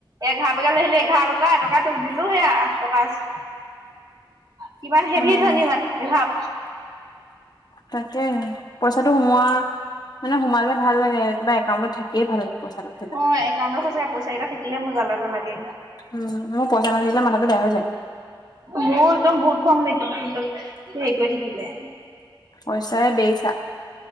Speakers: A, on the right (about 50°); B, on the left (about 50°).
A: এঘাৰ পেকেট লৈ আহিলে এঘাৰ এটকা তোক দিলো সেয়া আঠ টকা আছে, কিমান হেভি
B: উম
A: ধনী মানুহ। ভাব
B: তাকে পইচাটো সোমোৱা মানে সোমালে ভাল লাগেএকেবে একাউণ্টত থাকিয়ে ভাল লাগে পইচাটো থা
A: অ একাউণ্টত সঁচাকে পইচা কেইটা থাকিলে মজা এটা লাগে।
B: উম', মোৰ পইচা নাথাকিলে মাথাটো বেয়া হৈ যায়।
A: মোৰ একদম বহুত খং উঠে কিন্তু হেৰি কৰি থাকিলে।
B: পইচাই বেইচা।